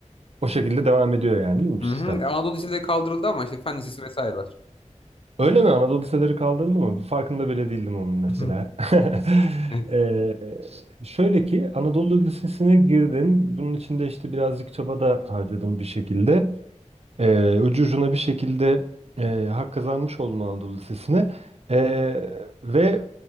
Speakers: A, on the right; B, on the left.
A: o şekilde devam ediyor yani değil mi bu
B: Hı
A: sistem?
B: hı. Anadolu Liseleri kaldırıldı ama işte Fen Lisesi vesaire var.
A: Öyle mi? Anadolu liseleri kaldırıldı mı? Farkında bile değildim onun mesela.
B: <laughs>
A: <laughs>
B: Evet.
A: Şöyle ki Anadolu Lisesi'ne girdim. Bunun için de işte birazcık çaba da harcadım bir şekilde. Ee, ucu ucuna bir şekilde e, hak kazanmış oldum Anadolu Lisesi'ne. Ee, ve